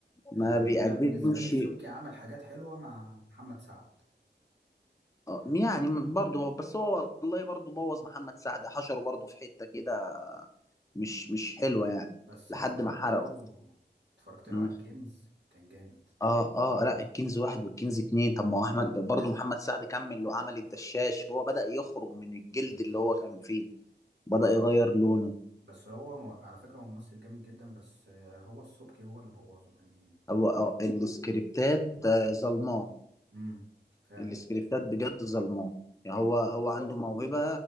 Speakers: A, on the right; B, on the left.
A: آه
B: ما بيقدمش
A: أنا بالنسبة لي السبكي عمل حاجات حلوة مع محمد سعد
B: آه، يعني برضه هو- بس هو والله برضه بوظ محمد سعد حشره برضه في حتة كده مش مش حلوة يعني
A: بس
B: لحد
A: اتفرجت
B: ما حرقه
A: له اتفرجت له
B: مم.
A: على الكنز كان جامد
B: اه اه لا الكنز واحد والكنز اتنين طب ما هو احمد
A: اه
B: برضه محمد سعد كمل وعمل الدشاش هو بدأ يخرج من الجلد
A: بالظبط
B: اللي هو كان فيه بدأ يغير لونه
A: بس هو م... على فكرة هو ممثل جامد جدا بس آه هو السبكي هو اللي بوظه يعني
B: او أو السكريبتات آه، ظلماء
A: امم فعلا
B: السكريبتات بجد ظلماه يعني هو هو عنده اه موهبة